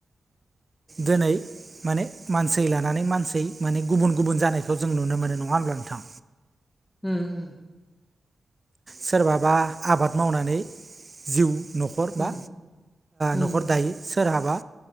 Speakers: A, on the right; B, on the left.
A: दिनै माने मानसि लानानै मानसि माने गुबुन गुबुन जानायखौ जों नुनो मोनो नङा होनोमब्ला नोंथां।
B: म उम
A: सोरबाबा आबाद मावनानै जिउ न'खर बा
B: उम उम
A: न'खर दायो। सोरहाबा